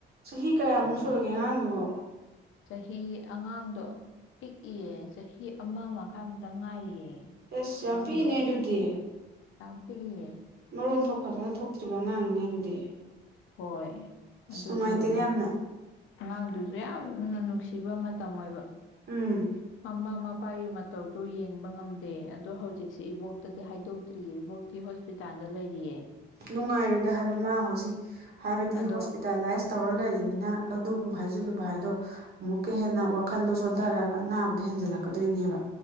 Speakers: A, on the right (about 50°); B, on the left (about 80°).
A: ꯆꯍꯤ ꯀꯌꯥꯃꯨꯛ
B: ꯑꯗꯒꯤ
A: ꯁꯨꯔꯒꯦ ꯑꯉꯥꯡꯗꯨꯕꯣ
B: ꯆꯍꯤ ꯑꯉꯥꯡꯗꯣ ꯄꯤꯛꯏꯌꯦ ꯆꯍꯤ ꯑꯃ ꯃꯈꯥꯏꯃꯨꯛꯇ ꯉꯥꯏꯔꯤꯌꯦ
A: ꯑꯦꯁ ꯌꯥꯝ
B: ꯑꯉꯥꯡꯗꯣ
A: ꯄꯤꯛꯏꯅꯦ ꯑꯗꯨꯗꯤ
B: ꯄꯤꯛꯏꯕ ꯌꯥꯝ ꯄꯤꯛ ꯏꯌꯦ
A: ꯃꯔꯣꯟ ꯊꯣꯛ ꯐꯖꯅ ꯊꯣꯛꯇ꯭ꯔꯤꯕ ꯑꯉꯥꯡꯅꯦ ꯑꯗꯨꯗꯤ
B: ꯍꯣꯏ ꯑꯗꯨꯗꯤ
A: ꯑꯁ ꯅꯨꯡꯉꯥꯏꯇꯦꯅꯦ
B: ꯌꯦꯡꯉꯨꯅꯦ
A: ꯌꯥꯝꯅ
B: ꯑꯉꯥꯡꯗꯨꯁꯨ ꯌꯥꯝꯅ ꯅꯨꯡꯁꯤꯕ ꯃꯇꯝ ꯑꯣꯏꯕ
A: ꯎꯝ
B: ꯃꯃꯥ ꯃꯥꯄꯥꯒꯤ ꯃꯥ ꯇꯧꯗꯣ ꯌꯦꯡꯕ ꯉꯝꯗꯦ ꯑꯗꯣ ꯍꯧꯖꯤꯛꯁꯦ ꯏꯕꯣꯛꯇꯗꯤ ꯍꯥꯏꯗꯣꯛꯇ꯭ꯔꯤꯌꯦ ꯏꯕꯣꯛꯇꯤ ꯍꯣꯁꯄꯤꯇꯥꯜꯗ ꯂꯩꯔꯤꯌꯦ
A: ꯅꯨꯡꯉꯥꯏꯔꯣꯏꯗ ꯍꯥꯏꯕ ꯃꯥ ꯍꯧꯖꯤꯛ ꯍꯥꯏꯕꯗꯤ
B: ꯑꯗꯣ
A: ꯍꯣꯁꯄꯤꯇꯥꯂꯥꯏꯁ ꯇꯧꯔ ꯂꯩꯅꯤꯅ ꯑꯗꯨ ꯑꯃꯨꯛ ꯍꯥꯏꯖꯤꯜꯂꯨ ꯚꯥꯏꯗꯣ ꯑꯃꯨꯛꯀ ꯍꯦꯟꯅ ꯋꯥꯈꯟꯗꯣ ꯁꯣꯟꯊꯔꯛꯑꯒ ꯑꯅꯥꯕꯗꯣ ꯍꯦꯟꯖꯜꯂꯛꯀꯗꯣꯏꯅꯦꯕ